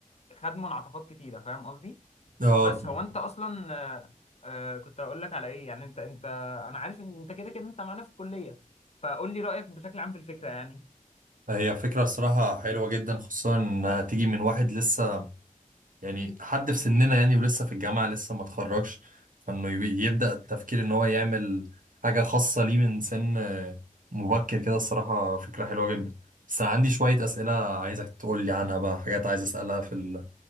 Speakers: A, on the left; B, on the right.
A: خد منعطفات كتيرة فاهم قصدي
B: اه
A: بس
B: طبعا.
A: هو انت اصلا آه، آه، كنت هقول لك على ايه يعني انت انت انا عارف ان انت كده كده انت معانا في الكليه فقول لي رايك بشكل عام في الفكره يعني
B: هي فكرة الصراحة حلوة جدا خصوصا انها تيجي من واحد لسه يعني حد في سننا يعني ولسه في الجامعة لسه ما اتخرجش فانه يبي- يبدأ التفكير ان هو يعمل حاجة خاصة ليه من سن آه، مبكر كده الصراحة فكرة حلوة جدا بس انا عندي شوية أسئلة عايزك تقول لي عنها بقى حاجات عايز أسألها في ال...